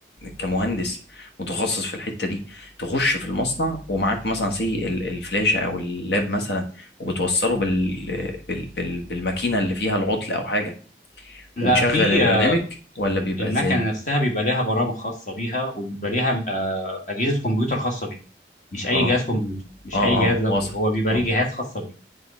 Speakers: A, on the left (about 75°); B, on the left (about 45°).
A: كمهندس متخصص في الحته دي تخش في المصنع ومعاك مثلا سي ال- الفلاشه او اللاب مثلا وبتوصله بال... بال... بال... بالماكينه اللي فيها العطل او حاجه
B: لا
A: وتشغل
B: في
A: البرنامج
B: آه
A: ولا بيبقى
B: المكنه
A: ازاي
B: نفسها بيبقى لها برامج خاصه بيها وبيبقى لها آه اجهزه كمبيوتر خاصه بيها مش اي
A: اه
B: جهاز كمبيوتر مش
A: اه
B: اي جهاز
A: اه
B: لابتوب
A: وصل
B: هو بيبقى
A: اه
B: ليه جهاز خاص بيه